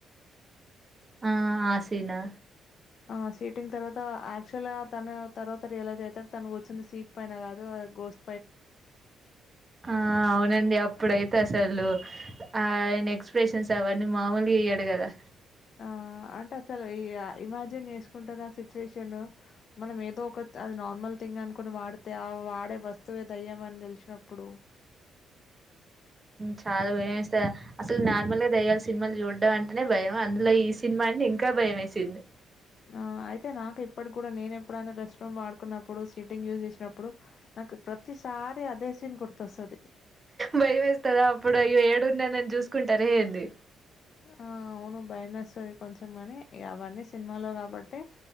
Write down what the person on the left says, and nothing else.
ఆ సీటింగ్ తర్వాత యాక్చువల్గా తను తర్వాత రియలైజ్ అయితడు తను కూర్చుంది సీట్ పైన కాదు గోస్
ఆ అంటే అసలు ఈ ఇమాజిన్ చేస్కుంటున్న సిచ్యువేషన్ మనం ఏదో ఒక అది నార్మల్ థింగ్ అనుకొని వాడితే ఆ వాడే వస్తువే దయ్యమన్ తెలి నప్పుడు
ఆ అయితే నాకిప్పట్ గుడా నేనెప్పుడైనా రెస్ట్ రూమ్ వాడుకున్నప్పుడు సీటింగ్ యూజ్ చేసినప్పుడు నాకు ప్రతిసారి అదే సీన్ గుర్తొస్తది.
ఆ అవును భయమేస్తది కొంచం గనీ ఇగ అవన్నీ సినిమాలో కాబట్టి